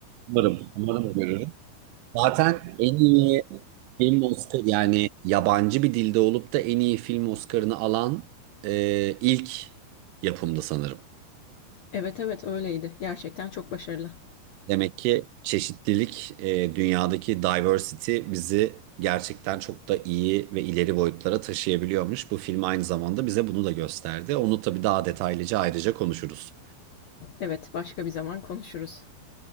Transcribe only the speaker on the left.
Evet evet öyleydi. Gerçekten çok başarılı.
Evet, başka bir zaman konuşuruz.